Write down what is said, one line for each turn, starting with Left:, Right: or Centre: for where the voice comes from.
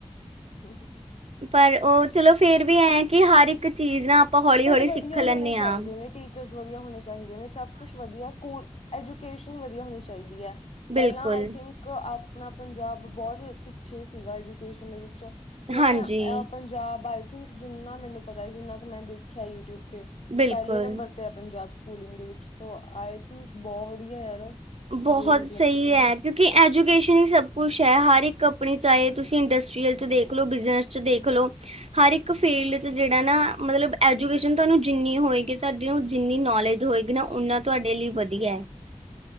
Left: ਠੀਕ
Right: ਪਰ ਉਹ
Left: ਹੈ।
Right: ਚਲੋ ਫੇਰ ਵੀ ਐਂ, ਕੀ ਹਰ ਇੱਕ, ਇੱਕ ਚੀਜ਼ ਨਾ ਆਪਾਂ ਹੌਲੀ
Left: ਬਟ
Right: ਹੌਲੀ
Left: ਵਧੀਆ
Right: ਸਿੱਖ ਲੈਂਦੇ
Left: ਹੋਣੇ ਚਾਹੀਦੇ
Right: ਹਾਂ।
Left: ਨੇ ਟੀਚਰਸ ਵਧੀਆ ਹੋਣੇ ਚ ਚਾਹੀਦੇ ਨੇ ਸਭ ਕੁਛ ਵਧੀਆ ਸਕੂਲ ਅਜੂ ਕੇਸ਼ਨ ਵਧੀਆ ਹੋਣੀ ਚਾਹੀਦੀ ਹੈ ਪਹਿਲਾਂ
Right: ਬਿਲਕੁਲ।
Left: ਆਈ ਥਿੰਕ ਆਪਣਾ ਪੰਜਾਬ ਬਹੁਤ ਪਿੱਛੇ ਸੀਗਾ ਐਜੂਕੇਸ਼ਨ ਦੇ ਵਿੱਚ ਹੁਣ
Right: ਹਾਂਜੀ,
Left: ਇਹ ਪੰਜਾਬ ਆ ਥਿੰਕ ਜਿੰਨਾ ਮੈਨੂੰ ਪਤਾ ਜਿੰਨਾ ਮੈਂ ਦੇਖਿਆ ਯੂਟਿਊਬ ਤੇ
Right: ਬਿਲਕੁਲ।
Left: ਪਹਿਲੇ ਨੰਬਰ ਤੇ ਹੈ ਪੰਜਾਬ ਸਕੂਲਿੰਗ ਦੇ ਵਿੱਚ ਆਈ ਥਿੰਕ ਬਹੁਤ ਵਧੀਆ ਯਾਰ
Right: ਬਹੁਤ
Left: ਜੇ ਮਤਲਬ
Right: ਸਹੀ
Left: ਹੁਣ
Right: ਹੈ ਕਿਉਂਕਿ ਐਜੂਕੇਸ਼ਨ ਹੀ ਸਭ ਕੁਛ ਹੈ ਹਰ ਇੱਕ ਆਪਣੀ ਚਾਹੇ ਤੁਸੀਂ ਇੰਡਸਟਰੀਅਲ 'ਚ ਦੇਖ ਲਓ ਬਿਜ਼ਨਸ 'ਚ ਦੇਖ ਲਓ ਹਰ ਇੱਕ ਫੀਲਡ 'ਚ ਜਿਹੜਾ ਨਾ ਮਤਲਬ ਐਜੂਕੇਸ਼ਨ ਤੁਹਾਨੂੰ ਜਿੰਨੀ ਹੋਏਗੀ ਤੁਹਾਡੇ ਜਿੰਨੀ ਨੌਲੇਜ ਹੋਏਗੀ ਨਾ ਓਨਾ ਤੁਹਾਡੇ ਲਈ ਵਧੀਆ ਹੈ